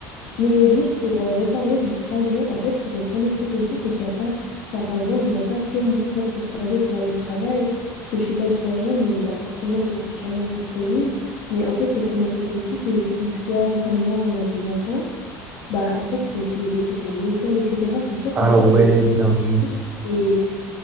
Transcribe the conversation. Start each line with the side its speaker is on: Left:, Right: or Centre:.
Left: Mais juste pour euh, reparler du trajet, en fait, ce qu'il faut prendre en compte aussi, c'est qu'il n'y a pas, enfin, par exemple, j'aurais pas que mon propre trajet pour aller au travail, parce que je sais pas où je travaillerai, mais bah, forcément que ce sera sûrement en centre-ville. Mais en fait, il faut prendre en compte aussi que si toi ou comme moi, on a des enfants, bah, en fait, il faut aussi les déposer à l'école, etc. C'est sûr
Right: Ah
Left: qu'en fait,
Right: ouais,
Left: c'est toute une...
Right: bien vu.
Left: Et